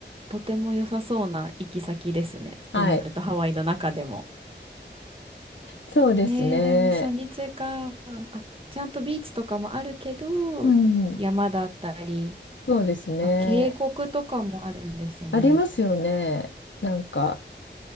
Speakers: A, on the right (about 30°); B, on the left (about 80°).
A: とても良さそうな行き先ですね。ってなると、
B: はい。
A: ハワイの中でも。
B: そうですね。
A: えー、でも初日か。あ、ちゃんとビーチとかもあるけど、
B: うん。
A: 山だったり、
B: そうですね。
A: あ、渓谷とかもあるんですね。
B: ありますよね。なんか。